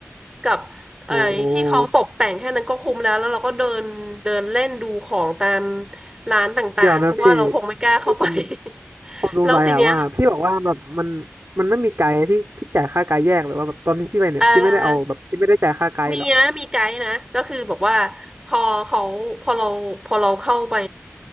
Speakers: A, on the right; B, on the right.
A: กับเอ่อที่เขาตกแต่งแค่นั้นก็คุ้มแล้วแล้วเราก็เดินเดินเล่นดูของตาม
B: โอ้
A: ร้านต่างๆเพราะว่าเราคงไม่กล้าเข้าไป
B: เดี๋ยวนะพี่คือผม
A: <laughs>
B: ผมสงสัยอะว่าพี่บอกว่าแบบมัน
A: แล้วทีเนี้ย
B: มันไม่มีไกด์พี่พี่จ่ายค่าไกด์แยกหรือว่าแบบตอนที่พี่ไปเนี่ยพี่ไม่ได้เอาแบบพี่ไม่ได้จ่ายค่าไกด์เหรอ
A: เอ่อ มีนะมีไกด์นะก็คือบอกว่าพอเขาพอเราพอเราเข้าไป